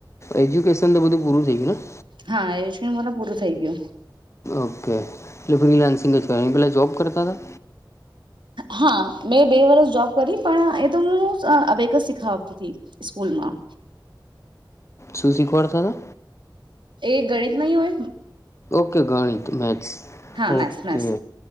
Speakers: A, on the left (about 35°); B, on the right (about 80°).
A: એજ્યુકેશન તો બધું પૂરું થઈ ગયું ને
B: હા એજ કે મારા પૂરું થઈ ગયું
A: ઓકે એટલે ફ્રીલાન્સિંગ જ કર એ પેલા જોબ કરતા હતા
B: હા મેં બે વર્ષ જોબ કરી પણ એ તો હુંબેક જ શીખાતીતી ના
A: સુશી કોર દા હતા
B: એ ગણિત નહિ હોય?
A: ઓકે ગણિત મેથ્સ
B: હા <unintelligible>
A: ઓકે